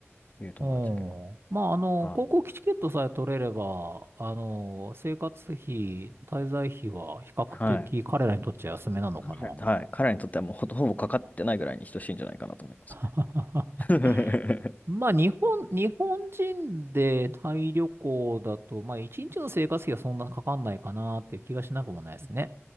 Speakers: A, on the left; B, on the right.
A: いう友達は結構い
B: うん。まあ、あの、
A: ます。
B: 航空機チケットさえ取れれば、あの、生活費、滞在費は比較的彼らにとっちゃ安めなのかな。
A: はい。はい。彼らにはい。彼らにとってはもうほと、ほぼかかってないぐらいに等しいんじゃないかなと思いますね。
B: <laughs>
A: <laughs>
B: まあ、日本、日本人でタイ旅行だと、まあ、一日の生活費はそんなかかんないかなっていう気がしなくもないですね。